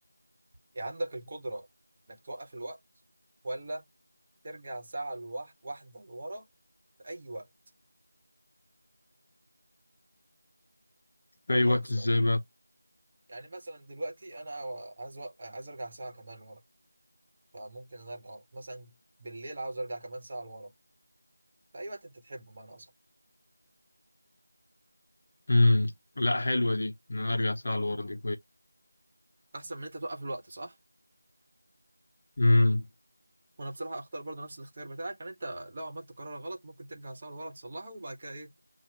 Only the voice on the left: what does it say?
في اي وقت
ازاي
بقى
مم. لا حلوة دي إن انا ارجع ساعة لورا دي
كويس